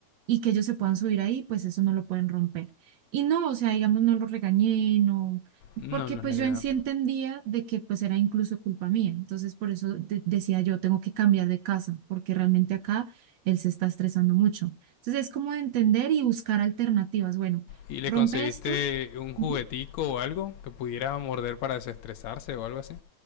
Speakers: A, on the right; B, on the left.
A: y que ellos se puedan subir ahí, pues eso no lo pueden romper. Y no, o sea, digamos, no lo regañé, no,
B: No,
A: porque
B: no
A: pues
B: es la idea.
A: yo en sí entendía de que pues era incluso culpa mía, entonces por eso de- decía yo, tengo que cambiar de casa, porque realmente acá él se está estresando mucho. Entonces es como de entender y buscar alternativas. Bueno,
B: ¿Y le
A: rompe
B: conseguiste
A: esto.
B: un juguetico
A: Ujú.
B: o algo que pudiera morder para desestresarse o algo así?